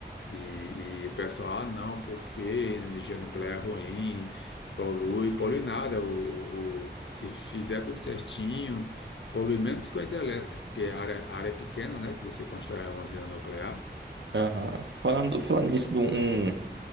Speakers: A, on the left; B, on the right.
A: E, e o pessoal, ah, não, porque energia nuclear é ruim, polui, polui nada. O, o- se fizer tudo certinho, polui menos que a hidrelétrica, porque a área, a área é pequena, né? Que você constrói uma usina nuclear.
B: Aham. Falando, falando nisso, de um,